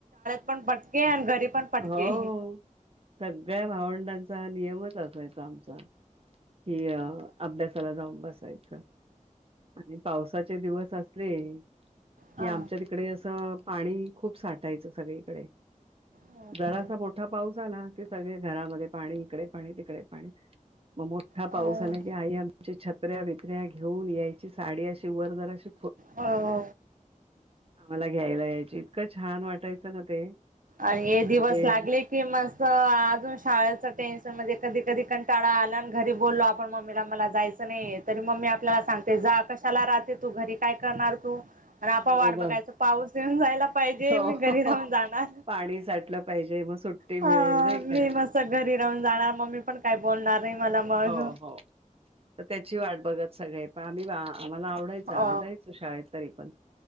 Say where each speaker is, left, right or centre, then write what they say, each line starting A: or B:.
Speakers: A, on the right; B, on the right.
A: पण फटके आणि घरी पण फटके.
B: हो सगळ्या भावंडांचा हा नियमच असायचा आमचा. कि अ अभ्यासाला जाऊन बसायचं, आणि पावसाचे दिवस अस <inaudible> कि
A: हा
B: आमच्या तिकडे असं पाणी खूप साठायचं सगळीकडे
A: हो
B: जरासा
A: का
B: मोठा पाऊस आला कि सगळे घरामध्ये पाणी, इकडे पाणी, तिकडे पाणी मग मोठा
A: हो
B: पाऊस आला की आई आमची छत्र्या बितऱ्या घेऊन यायची साडी अशी वर जरा अशी
A: हो
B: आम्हाला घ्यायला यायची इतकं छान वाटायचं ना ते.
A: आणि हे दिवस
B: मग ते
A: लागले की म स् अजून शाळेच टेन्शन मध्ये कधी कधी कंटाळा आला आणि घरी बोललो आपण मम्मीला मला जायचं नाही, तर मम्मी आपल्याला सांगते जा कशाला राहते तू घरी काय करणार तू. आणि आपण
B: हो
A: वाट
B: ब
A: बघायचं पाऊस येऊन जायला पाहिजे
B: हो
A: मी घरी राहून जाणार.
B: पाणी साठलं पाहिजे मग सुट्टी मिळेल
A: अ
B: नाही का
A: मी मस्त घरी राहून जाणार मम्मी पण काय बोलणार नाही मला मग
B: हो हो तर त्याची वाट बघत सगळे पण आम्ही वा आम्हाला आवडायचं
A: अ
B: आम्ही जायचो शाळेत तरी पण,